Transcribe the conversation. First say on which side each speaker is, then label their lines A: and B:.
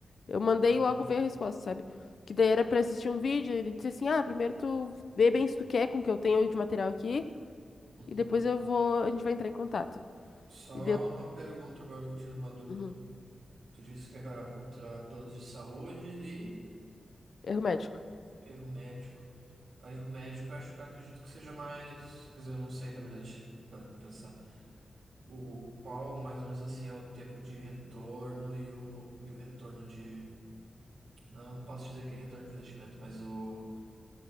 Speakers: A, on the left (about 55°); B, on the right (about 70°).
A: eu mandei
B: Aham.
A: e logo veio a resposta, sabe? Que daí era pra assistir um vídeo, ele disse assim: "Ah, primeiro tu vê bem se tu quer com o que eu tenho de material aqui
B: Uhum.
A: e depois eu vou, a gente vai entrar em contato".
B: Só
A: E deu,
B: uma pergunta agora que eu tive uma dúvida.
A: uhum,
B: Tu disse que era contra planos de saúde e
A: erro médico.
B: erro médico. Aí erro médico eu acho, eu acredito que seja mais, quer dizer, eu não sei na verdade, para pensar. O qual mais ou menos assim é o tempo de retorno e o, e o retorno de, não, não posso dizer que é retorno de investimento, mas o